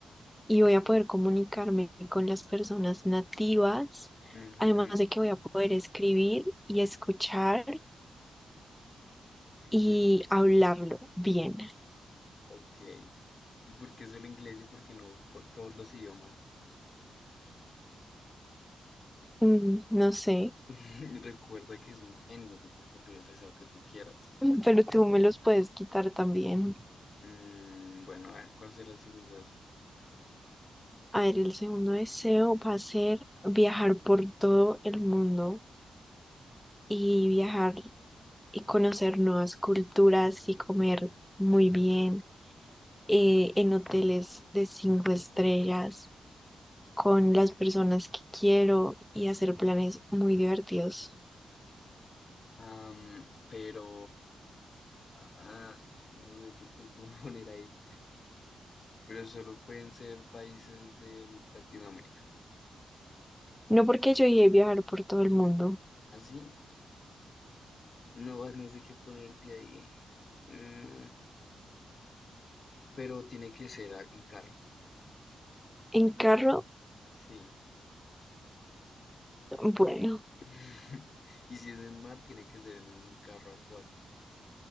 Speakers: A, in the centre; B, on the left.
A: y voy a poder comunicarme con las personas nativas,
B: ujú,
A: además de que voy a poder escribir y escuchar
B: eh,
A: y hablarlo bien.
B: Ok, ¿y por qué solo inglés y por qué no cu- todos los idiomas?
A: Mm, No sé,
B: <laughs> Recuerda que es un genio, te puede cumplir el deseo que tú quieras.
A: <laughs> pero tú me los puedes quitar también.
B: Mm, bueno, a ver, ¿cuál será el segundo de eso?
A: A ver, el segundo deseo va a ser viajar por todo el mundo y viajar y conocer nuevas culturas y comer muy bien eh, en hoteles de cinco estrellas con las personas que quiero y hacer planes muy divertidos.
B: Am, pero... ah, no sé qué te puedo <laughs> poner ahí. Pero solo pueden ser países de Latinoamérica.
A: No porque yo llegué a viajar por todo el mundo.
B: ¿Así? No, vas, no sé qué ponerte ahí. Mm, pero tiene que ser a- en carro.
A: En carro,
B: Sí.
A: bueno,
B: <laughs> Y si es en mar, tiene que ser en un carro acuático.